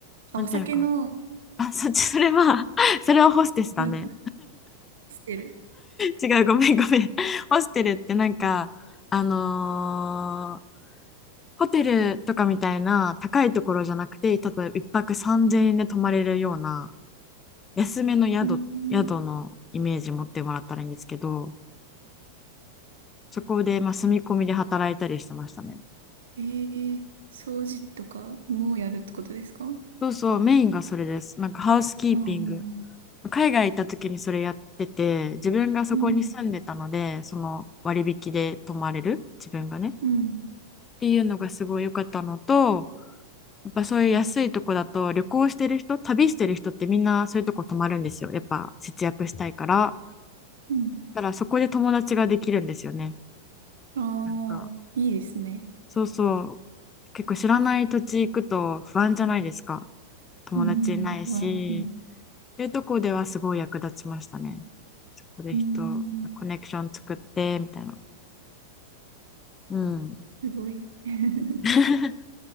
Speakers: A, on the right; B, on the left.
A: あ、
B: なんていうのか
A: お酒の、
B: な。あ、そっち、それは <laughs> それはホステスだね。
A: なんか、ホステル。
B: 違う、ごめん、ごめん。ホステルってなんか、あのーホテルとかみたいな高いところじゃなくて、例えば1泊3000円で泊まれるような安めの宿、
A: うーん。
B: 宿のイメージ持ってもらったらいいんですけど、そこでまあ住み込みで働いたりしてましたね。
A: へえ、掃除とかもやるってことですかあ
B: そうそう、メインがそれです。なんかハウスキーピング
A: あー
B: 海外行った時にそれやってて、自分がそこに住んでたので、
A: うん。
B: その割引で泊まれる、自分がね。っ
A: うん。
B: ていうのがすごい良かったのと、やっぱそういう安いとこだと、旅行してる人、旅してる人ってみんなそういうとこ泊まるんですよ。やっぱ節約したいから。
A: うん。
B: だからそこで友達ができるんですよね。
A: ああ、
B: なんか、
A: いいですね。
B: そうそう。結構知らない土地行くと不安じゃないですか。友達いないし。
A: うん。は、うん。
B: いうとこではすごい役立ちましたね。そこで人、
A: うん。
B: コネクション作ってみたいな。うん
A: すごい。<laughs>
B: <laughs>。